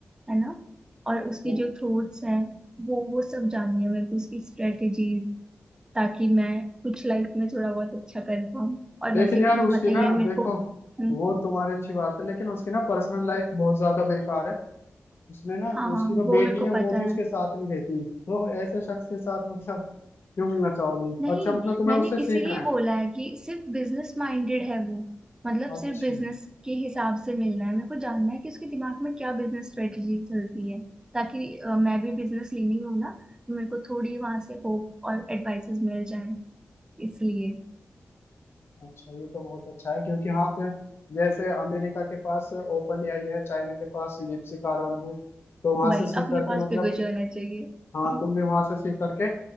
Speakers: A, on the right (about 15°); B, on the left (about 55°).
A: है ना और उसकी
B: वो-
A: जो थ्रोट्स हैं वो वो सब जाननी है मेरे को उसकी स्ट्रेटेजीज ताकि मैं कुछ लाइफ में थोड़ा बहुत अच्छा कर पाऊँ और
B: लेकिन
A: वैसे
B: यार
A: भी तुम्हें
B: उसकी
A: पता ही
B: ना
A: है मेरे
B: देखो
A: को हम्म,
B: वो तुम्हारी अच्छी बात है लेकिन उसकी ना पर्सनल लाइफ बहुत ज्यादा बेकार है उसने ना
A: हाँ
B: उसकी जो
A: वो
B: बेटी
A: मेरे को
B: है
A: पता
B: वो भी उसके
A: है
B: साथ नहीं रहती तो ऐसे शख्स के साथ मतलब क्यों मिलना चाहोगी
A: नहीं
B: अच्छा मतलब तुम्हें
A: मैंने
B: उससे सीखना
A: इसीलिए
B: है
A: बोला है कि सिर्फ बिजनेस माइंडेड है वो मतलब
B: अच्छा
A: सिर्फ बिजनेस के हिसाब से मिलना है मेरे को जानना है कि उसके दिमाग में क्या बिजनेस स्ट्रेटजी चलती है ताकि अ, मैं भी बिजनेस लेनी हूँ ना तो मेरे को थोड़ी वहां से होप और एडवाइसेस मिल जाएं इसलिए
B: अच्छा ये तो बहुत अच्छा है क्योंकि हाँ फिर जैसे अमेरिका के पास ओपन एआई है चाइना के पास डीपसी कार्बन है तो वहां
A: वही
B: से सीख
A: अपने
B: करके
A: पास
B: मतलब
A: बिगुज होना चाहिए
B: हाँ तुम भी वहां से सीख करके